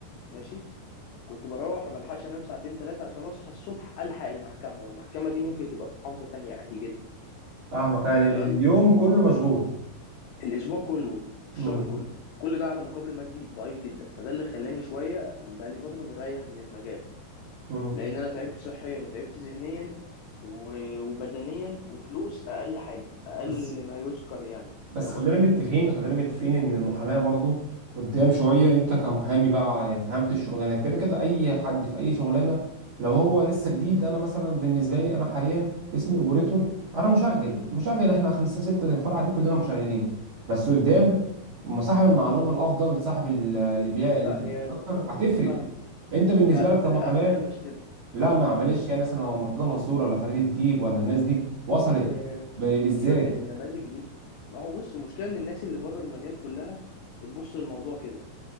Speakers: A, on the left; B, on the right.
A: ماشي كنت بروح ما بلحقش انام ساعتين ثلاثه عشان اصحى الصبح الحق المحكمه والمحكمه دي ممكن تبقى في محافظه تانية عادي جدا
B: فاهمك يعني
A: تمام
B: اليوم كله مشغول
A: الاسبوع كله الشهر
B: امم
A: كله كل ده على مقابل مادي ضعيف جدا فده اللي خلاني شويه بقى لي فتره مريح من المجال
B: امم
A: لان انا تعبت صحيا وتعبت ذهنيا و- وبدنيا وفلوس اقل حاجه اقل
B: بس
A: ما يذكر يعني
B: بس
A: فاهم
B: خلينا
A: قصدي
B: متفقين خلينا متفقين ان المحاماه برضو قدام شويه انت كمحامي بقى يعني فهمت الشغلانه كده كده اي حد في اي شغلانه لو هو لسه جديد انا مثلا بالنسبه لي انا حاليا اسمي اوبريتور انا مشغل مشغل احنا خمسه سته فرع قاعدين كلنا مشغلين بس قدام ما صاحب المعلومه الافضل صاحب ال- اللي بيع
A: يعني
B: اللي
A: لا
B: بيعرف
A: هي
B: اكتر هتفرق
A: انا فاهمه
B: انت بالنسبه
A: لا
B: لك
A: الفكره
B: كمحاماه
A: عندنا مش كده
B: لا ما معلش يعني مثلا هو مرتضى منصور ولا فريد الديب ولا الناس دي وصلت
A: يا عم
B: ب- ازاي
A: سيبك من النماذج دي ما هو بص المشكله ان الناس اللي بره المجال كلها بتبص للموضوع كده